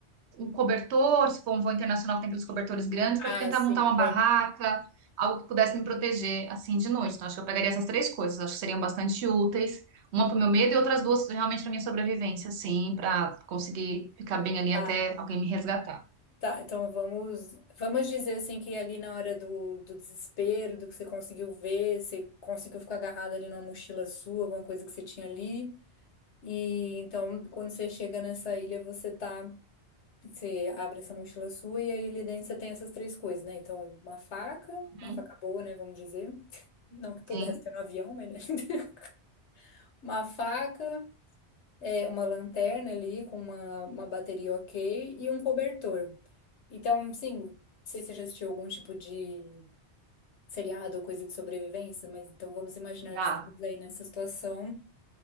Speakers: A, on the right; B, on the left.
A: um cobertor, se for um voo internacional, tem aqueles cobertores grandes,
B: Ah,
A: para tentar
B: sim,
A: montar uma
B: tem.
A: barraca, algo que pudesse me proteger assim de noite. Então, acho que eu pegaria essas três coisas, acho que seriam bastante úteis, uma para o meu medo e outras duas realmente para minha sobrevivência, assim, para conseguir ficar bem ali
B: Tá,
A: até alguém me resgatar.
B: tá. Então vamos, vamos dizer assim que ali na hora do, do desespero, do que você conseguiu ver, você conseguiu ficar agarrado ali numa mochila sua, alguma coisa que você tinha ali. E então, quando você chega nessa ilha, você tá Você abre essa mochila sua e aí ali dentro você tem essas três coisas, né? Então, uma faca,
A: Uhum.
B: uma faca boa, né? Vamos dizer. Não que pudesse
A: Sim,
B: ter no avião, mas. né? <laughs> Uma faca, é, uma lanterna ali com uma, uma bateria ok e um cobertor. Então, sim, não sei se você já assistiu algum tipo de seriado ou coisa de sobrevivência, mas então vamos imaginar
A: já.
B: que estamos aí nessa situação,